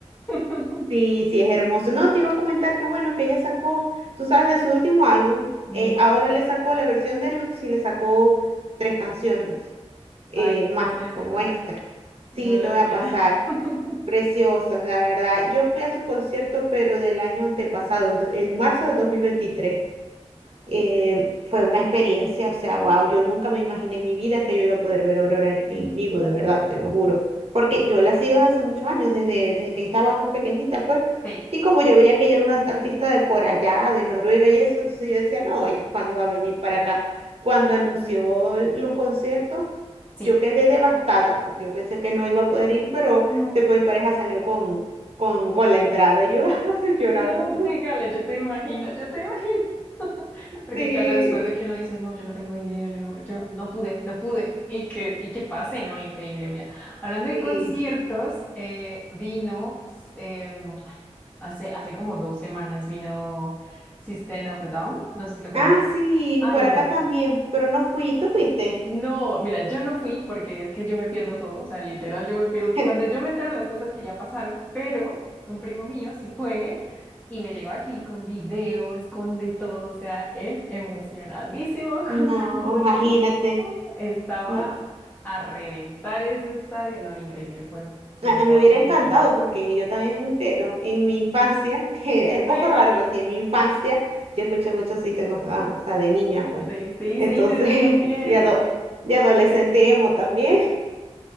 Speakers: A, on the left; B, on the right.
A: <laughs>
B: Sí, sí, es hermoso. No, te iba a comentar que bueno, que ella sacó, tú sabes, de su último álbum,
A: No.
B: eh, ahora le sacó la versión deluxe y le sacó tres canciones eh,
A: Ay,
B: más,
A: las tienes
B: como
A: que pasar.
B: extra.
A: Me
B: Sí,
A: las
B: te voy a
A: tienes.
B: pasar.
A: <laughs>
B: Preciosas, la verdad. Yo fui a su concierto, pero del año antepasado, el, do- el marzo del 2023 eh, fue una experiencia, o sea, wow, yo nunca me imaginé en mi vida que yo iba a poder ver a Aurora en
A: No.
B: en vivo, de verdad, te lo juro. Porque yo la sigo desde hace muchos años, desde, desde que estaba más pequeñita, pues.
A: Sí,
B: Y como yo veía que ella era una artista de por allá, de Noruega y eso, entonces yo decía, no, ella cuándo va a venir para acá. Cuando anunció los conciertos,
A: sí.
B: yo quedé devastada, porque yo pensé que no iba a poder ir, pero
A: No.
B: después mi pareja salió con, con, con la entrada y yo <laughs> llorando.
A: No, un
B: <laughs>
A: regalo, yo te imagino, yo te imagino. <laughs> Porque
B: Sí,
A: claro, después de que uno dice, no, yo no tengo dinero, yo no, yo no pude, no pude. Y que, y que pase, ¿no? Increíble, mira. Hablando de
B: sí.
A: conciertos, eh, vino, em, ay, hace, hace como dos semanas vino System of the Down, no sé si lo conoces.
B: Ah, sí,
A: Ay,
B: por acá
A: no.
B: también, pero no fui. ¿Tú fuiste?
A: No, mira, yo no fui porque es que yo me pierdo todo, o sea, literal, yo me pierdo.
B: <laughs>
A: Cuando yo me entero las cosas que ya pasaron, pero un primo mío sí fue y me llegó aquí con videos, con de todo, o sea, él emocionadísimo <laughs> contándonos.
B: No, imagínate.
A: todo. Estaba
B: No.
A: a reventar ese estadio. No, increíble, fue, se
B: A
A: miraba
B: mí me hubiera
A: muy.
B: encantado porque yo también pero en mi infancia, <laughs> que es un
A: bien.
B: poco raro porque en mi infancia yo escuché mucho System of Down, o sea, de niña pues.
A: Sí, sí,
B: Entonces,
A: sí, sí, no, yo también.
B: <laughs> de, ado-
A: <laughs>
B: de adolescente emo también.